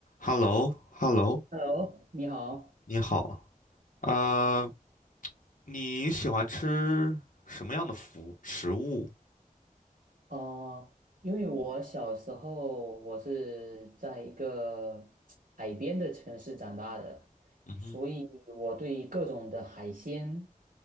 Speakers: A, on the left; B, on the right.
A: h e l l o h e l l o
B: Hello，你好。
A: 你好，呃，你喜欢吃什么样的服食物？
B: 啊！因为我小时候我是在一个海边的城市长大的，
A: 嗯哼，
B: 所以我对各种的海鲜